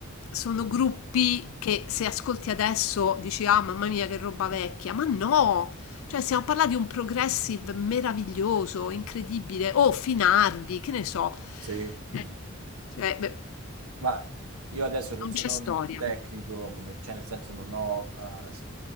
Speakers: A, on the left; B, on the right.
A: sono gruppi che se ascolti adesso dici, ah, mamma mia, che roba vecchia, ma no, cioè, stiamo parlando di un progressive meraviglioso, incredibile, o Finardi, che ne so.
B: Sì. mm.
A: Eh, cioè, beh,
B: Ma io adesso non
A: non
B: sono
A: c'è storia.
B: un tecnico, come, cioè nel senso non ho eh, s-